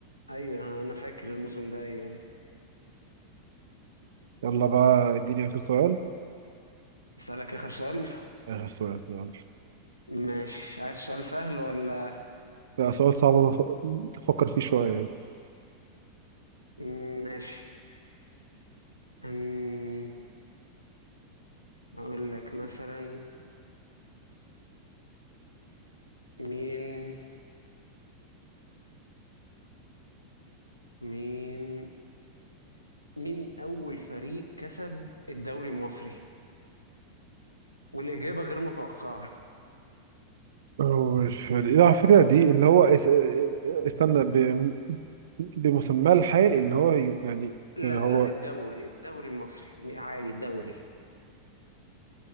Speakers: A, on the left (about 80°); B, on the right (about 60°).
A: أيوه أنا فاكر الموسم ده أيوه أيوه.
B: يلا بقى اديني آخر سؤال
A: أسألك آخر سؤال
B: آخر سؤال يلا
A: ماشي عايز سؤال سهل ولا
B: لا سؤال صعب أف- أفكر فيه شوية
A: مم، ماشي أم، أقول لك مثلا مين مين مين أول فريق كسب الدوري المصري والإجابة غير متوقعة
B: هو الفريق لا الفكرة دي اللي هو اس- استنى ب- بمسماه الحال اللي هو ي- يعني
A: لا
B: يعني هو
A: لا الدوري الدوري المصري عادي الدوري